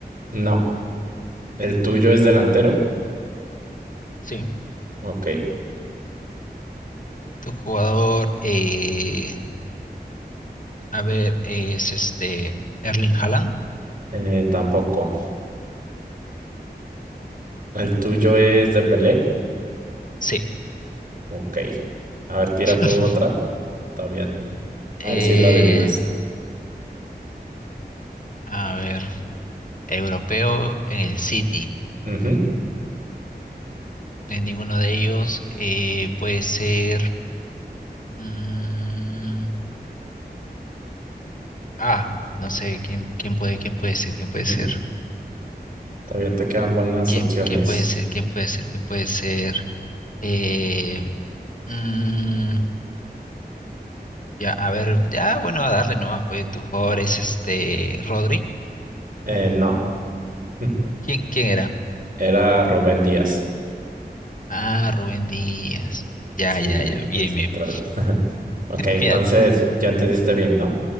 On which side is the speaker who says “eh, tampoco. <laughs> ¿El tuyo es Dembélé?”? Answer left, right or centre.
Right